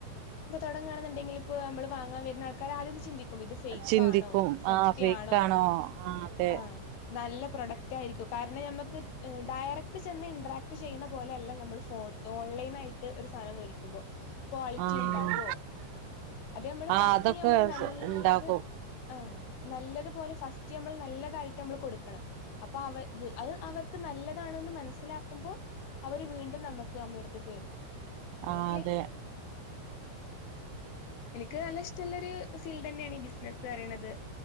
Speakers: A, on the left; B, on the right.
A: ഇപ്പ തുടങ്ങാണ്ന്ന്ണ്ടെങ്കില് ഇപ്പോ അമ്മള് വാങ്ങാൻ വെര്ന ആൾക്കാര് ആദ്യം ഒന്ന് ചിന്തിക്കും ഇത് ഫെയ്ക്കാണോ
B: ചിന്തിക്കും
A: സത്യാണോ
B: ആഹ് ഫേക്കാണോ ആഹ് അതെ
A: ആഹ് നല്ല പ്രൊഡക്റ്റ് ആയിരിക്കോ. കാരണം ഞമ്മക്ക് ഡയറക്ട് ചെന്ന് ഇൺട്രാക്ട് ചെയ്യ്ണ പോലെ അല്ല നമ്മള് ഫോൺ ഓൺലൈൻ ആയിട്ട് ഒരു സാനം മവേടിക്കുമ്പോ ക്വാളിറ്റി
B: ആഹ്
A: ഇണ്ടാവോ അത് ഞമ്മള്
B: ആഹ്
A: ഫസ്റ്റ്
B: അതൊക്കെ
A: ഞമ്മള് നല്ലത്
B: ഇണ്ടാക്കും
A: ആഹ് നല്ലത്പോലെ ഫസ്റ്റ് ഞമ്മള് നല്ലതായിട്ട് നമ്മള് കൊടുക്കണം. അപ്പൊ അവർ വ് അത് അവർ ക്ക്‌ നല്ലതാണ്ന്ന് മനസ്സിലാക്കുമ്പോ അവര് വീണ്ടും നമക്ക് നമ്മളെട്ത്ത്ക്ക്‌ വെരും. ഇങ്ങനെ
B: ആഹ്
A: ഒക്കെ
B: അതെ
A: ഇന്ക്ക് നല്ല ഇഷ്ടള്ള ഒരു ഫീൽഡ് തന്നേണ് ഈ ബിസിനസ്സ് പറീണത്.